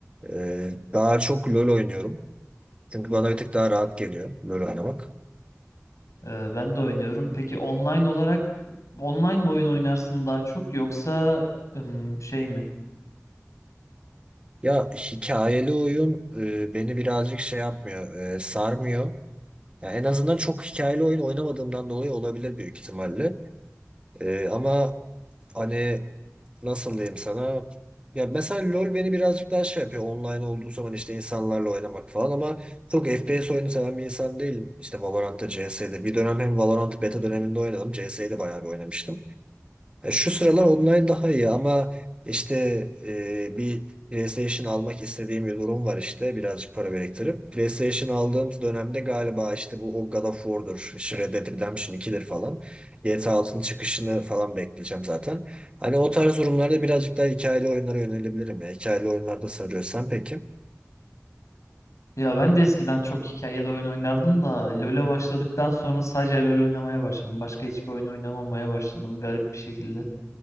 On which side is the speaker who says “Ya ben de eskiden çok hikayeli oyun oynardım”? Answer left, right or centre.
Left